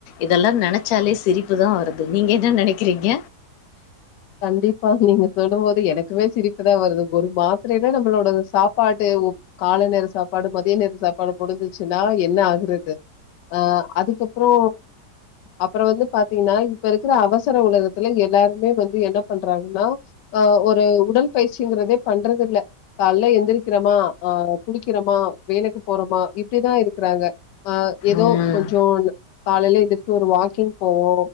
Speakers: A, on the left; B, on the left.
A: இதல்லா நன ச்சாலே சிரிப்புதா வருது நீங்க என்ன நெனைக்கிறீங்க
B: கண்டிப்பா நீங்க சொலும்போது எனக்குமே சிரிப்பு தா வருது ஒரு மாத்ரைல நம்பளோடது சாப்பாடு ஒ காலை நேர சாப்பாடு மதிய நேர சாப்பாடு முடிஞ்சுச்சுனா என்ன ஆகுறது அ அதுகப்றோ அப்பற வந்து பாத்தீங்னா இப்ப இருக்குற அவசர உலகத்துல எல்லாருமே வந் து என்ன பண்றாங்னா அ ஒரு உடல் பயிற்சிங்றதே பண்றதுல்ல கால்ல எந்திரக்றமா அ குடிக்குறமா வேலைக்கு போறமா இப்டிதா இருக்றாங்க அ எதோ
A: ம்.
B: கொஞ்சோ ந காலையில எந்திரிச்சு ஒரு வாக்கிங் போவோ